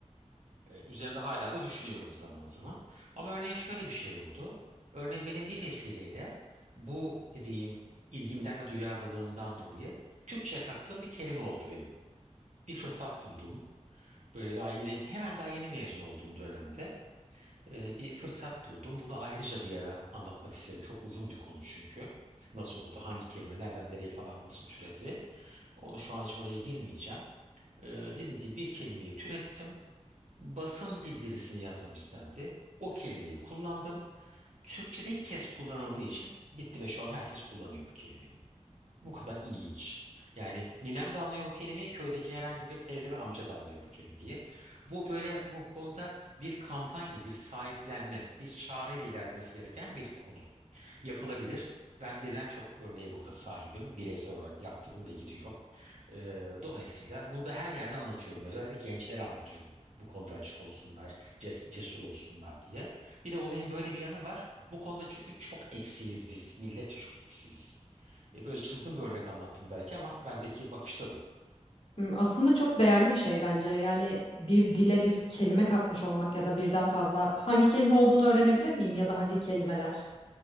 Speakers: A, on the right; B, on the left.
A: E, üzerinde hala da düşünüyorum zaman zaman. Ama örneğin şöyle bir şey oldu. Örneğin benim bir vesileyle bu dediğim ilgimden ve duyarlılığımdan dolayı Türkçe'ye kattığım bir kelime oldu benim bir fırsat buldum. Böyle daha yeni hemen daha yeni mezun olduğum dönemde e, bir fırsat buldum. Bunu ayrıca bir ara anlatmak isterim. Çok uzun bir konu çünkü. Nasıl oldu, hangi kelime, nereden nereye falan nasıl türedi. Onu şu an hiç oraya girmeyeceğim. E, dedim ki bir kelimeyi türettim. Basın bildirisini yazmam istendi. O kelimeyi kullandım. Türkçe'de ilk kez kullanıldığı için bitti ve şu an herkes kullanıyor bu kelimeyi. Bu kadar ilginç. Yani ninem de anlıyor bu kelimeyi, köydeki herhangi bir teyze ve amca da anlıyor bu kelimeyi. Bu böyle bu konuda bir kampanya, bir sahiplenme, bir çağrı ile ilerlemesi gereken bir konu. Yapılabilir. Ben birden çok örneğe burada sahibim. Bireysel olarak yaptım ve gidiyor. Ee, dolayısıyla bunu da her yerde anlatıyorum. Özellikle gençlere anlatıyorum. Bu konuda açık olsunlar, ces- cesur olsunlar diye. Bir de olayın böyle bir yanı var. Bu konuda çünkü çok eksiyiz biz. Milletçe çok eksiyiz. E, böyle çılgın bir örnek anlattım belki ama bendeki bakış da bu.
B: Hmm, Aslında çok değerli bir şey bence. Yani bir dile bir kelime katmış olmak ya da birden fazla hangi kelime olduğunu öğrenebilir miyim ya da hangi kelimeler?